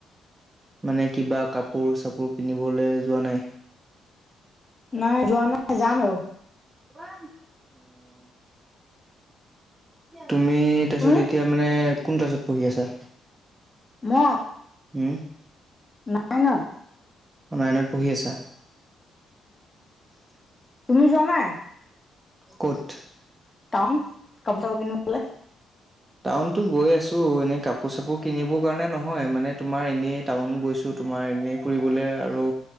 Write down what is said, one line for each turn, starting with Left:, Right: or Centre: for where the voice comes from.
Right: মানে কিবা কাপোৰ চাপোৰ কিনিবলে যোৱা নাই?
Left: নাই, যোৱা নাই, যাম আৰু।
Right: অ। <unintelligible> তুমি তাৰপিছত
Left: তুমি
Right: এতিয়া মানে কোন ক্লাছত পঢ়ি আছা?
Left: মই?
Right: উম।
Left: নাইনত।
Right: নাইনত পঢ়ি আছা?
Left: <inaudible> তুমি যোৱা নাই?
Right: ক'ত?
Left: টাউন, কাপোৰ চাপোৰ কিনিবলে?
Right: টাউনতো গৈ আছোঁ, এনেই কাপোৰ চাপোৰ কিনিবৰ কাৰণে নহয়, মানে তোমাৰ এনেই টাউন গৈছোঁ তোমাৰ এনেই ফুৰিবলৈ আৰু